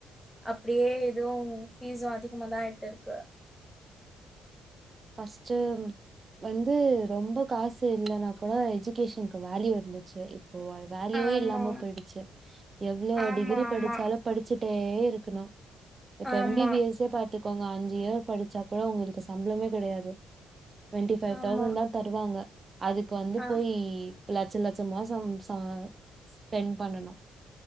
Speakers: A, in the centre; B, on the right.
A: அப்டியே இதுவும் பீஸும் அதிகமாதான் ஆயிட்டு இருக்கு
B: ஃபஸ்ட் வந்து ரொம்ப காசு இல்ன்னா கூட எஜுகேஷனுக்கு வேல்யூ இருந்துச்சு போ வேல்யூவே
A: ஆமா
B: இல்லாம போயிடுச்சு எவ்ளோ
A: ஆமா
B: டிகிரி
A: ஆமா
B: படிச்சாலும் படிச்சுட்டே இருக்கணும் இப்ப
A: ஆமா
B: எம் பி பி எஸ் சே பாத்துக்கோங்க அஞ்சு இயர் படிச்சா கூட உங்களுக்கு சம்பளமே கிடையாது டுவெண்டி ஃபைவ்
A: ஆமா ஆமா
B: தௌசண்ட் தான் தருவாங்க அதுக்கு வந்து
A: ஆ
B: போய் லட்ச லட் கொஞ்ச மாசம் ச ஸ்பெண்ட் பண்ணனு